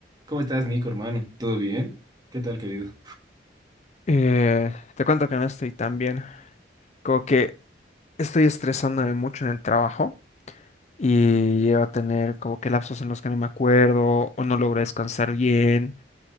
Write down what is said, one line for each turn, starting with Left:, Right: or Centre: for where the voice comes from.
Right: ¿Cómo estás, Nico, hermano? ¿Todo bien? ¿Qué tal, querido?
Left: Eh, te cuento que no estoy tan bien. Como que estoy estresándome mucho en el trabajo y llevo a tener como que lapsos en los que no me acuerdo o no logro descansar bien.